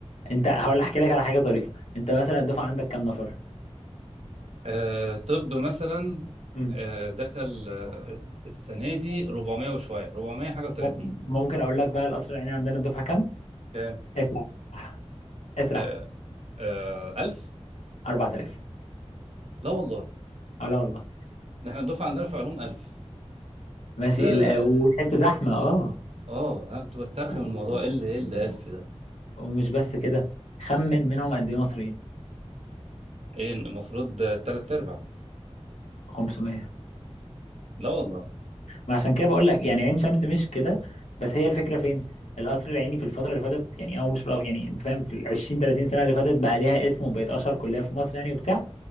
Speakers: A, on the left; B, on the right.
A: انت هقول احكي لك على حاجه طريفه انت مثلا الدفعه عندك كام نفر
B: آه طب مثلا
A: مم.
B: آه دخل آه السنه دي 400 وشويه 400 حاجه و30
A: مم- ممكن اقول لك بقى القصر العيني عندنا الدفعه كام
B: كام
A: اسرح اسرح
B: آه آه 1000
A: 4000
B: لا والله
A: اه لا والله
B: ده احنا الدفعه عندنا في علوم 1000
A: ماشي
B: وده
A: ال-
B: ده
A: وتحس
B: ده-
A: زحمه اه
B: اه انا كنت بسترخي
A: و- و-
B: من الموضوع ايه اللي ايه اللي 1000 ده
A: ومش بس كده خمن منهم قد ايه مصريين
B: ايه المفروض آه، تلات ارباع
A: 500
B: لا والله
A: ما عشان كده بقول لك يعني عين شمس مش كده بس هي الفكره فين القصر العيني في الفتره اللي فاتت يعني او مش في الأ- يعني انت فاهم في ال 20 30 سنه اللي فاتت بقى ليها اسم وبقت اشهر كليه في مصر يعني وبتاع